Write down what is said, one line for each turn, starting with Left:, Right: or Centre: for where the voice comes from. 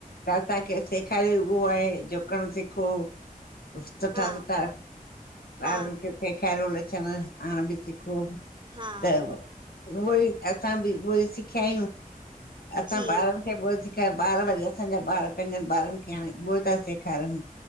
Left: त असांखे सेखारयो उयो आये झुकण सिखो। सुठा-सुठा
Right: हा हा
Left: ॿारन खे। सेखारयो लछण पाण ॿो सीखो त।
Right: हा
Left: उय ई असां ॿि उय ई सिखया आयूं। असां
Right: जी
Left: ॿारन खे उयो सेखार ॿार वरी असांजा ॿार पैंॼन ॿारन खे हाणे उये ता सेखारन।